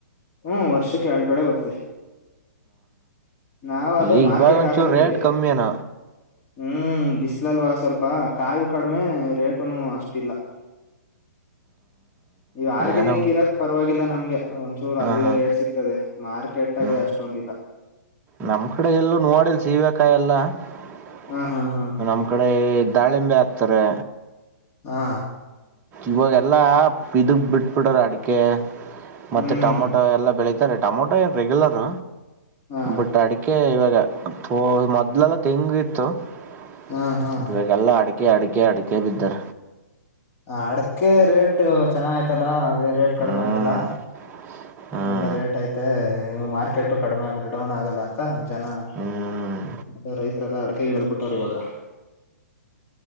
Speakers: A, on the left; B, on the right.
A: ಹ್ಮ್ ವರ್ಷಕ್ಕೆ ಎರಡ್ ಬೆಳೆ ಬರ್ತದೆ <unintelligible> ನಾವ್ ಅದೇ
B: ಈಗ್
A: ಮಾರ್ಕೆಟ್ಗೆ
B: ಬೆಲ್ಡ ಒಂಚೂರ್
A: ಹಾಕಂತೀವಿ
B: ರೇಟ್ ಕಮ್ಮಿಯನ
A: ಹ್ಮ್ ಬಿಸ್ಲಲ್ವಾ ಸ್ವಲ್ಪ ಕಾಯಿ ಕಡಿಮೆ ರೇಟನು ಅಷ್ಟಿಲ್ಲ. ಈ ಆರ್ಗ್ಯಾನಿಕ್
B: ಏನೋ
A: ಇರೋದ್ ಪರವಾಗಿಲ್ಲ ನಮ್ ಹಂಗೆ ಎ ಒಂಚೂರು
B: ಹಾ
A: ಅಲ್ಲಿ
B: ಹಾ
A: ರೇಟ್ ಸಿಗ್ತದೆ. ಮಾರ್ಕೆಟಗ
B: ಹ್ಮ್
A: ಅಷ್ಟೊಂದಿಲ್ಲ.
B: ನಮ್ ಕಡೆ ಎಲ್ಲೂ ನೋಡಿಲ್ ಸೀವೇಕಾಯಿ ಎಲ್ಲಾ. <unintelligible>
A: ಹ ಹಾ ಹಾ
B: ನಮ್ ಕಡೆ ದಾಳಿಂಬೆ ಆ ಕ್ತರೆ
A: ಹಾ
B: ಇವಾಗೆಲ್ಲಾ ಇದಕ್ ಬಿಟ್ ಬಿಡರ ಅಡಿಕೆ
A: ಹ್ಮ್
B: ಮತ್ತೆ ಟಮೊಟೊ ಎಲ್ಲ ಬೆಳಿತರೆ ಟಮೊಟೋ ಏನ್ ರೆಗುಲರ
A: ಹಾ
B: ಬಟ್ ಅಡಿಕೆ ಇವಗ ತೋ ಮೊದ್ಲೆಲ್ಲ ತೆಂಗ್ ಇತ್ತು. <unintelligible>
A: ಹಾ ಹಾ
B: ಇವಗೆಲ್ಲ ಅಡಿಕೆ ಅಡಿ ಕೆೇ ಅಡಿಕೆ ಬಿದ್ದರ
A: ಅಡಕೆ ರೇಟ್ ಚೆನ್ನಾಗಯ್ತಲ ರೇಟ್ ಕಡಿಮೆ
B: ಹ್ಮ್
A: ಆಗಲ್ಲ <unintelligible>
B: ಹ್ಮ್
A: ಒಳ್ಳೆ ರೇಟ್ ಐತೆ ಮಾರ್ಕೆಟ್ ಕಡಿಮೆ ಆಗಲ್ಲ ಡೌನ್ ಆಗಲ್ಲ ಅಂತ ಜನ <unintelligible>
B: ಹ್ಮ್
A: ಅದೇ ರೈತರೆಲ್ಲ ಅಡಕಗೆ ಇಳ್ದ್ ಬಿಟ್ಟವರೇ ಇವಗ <unintelligible>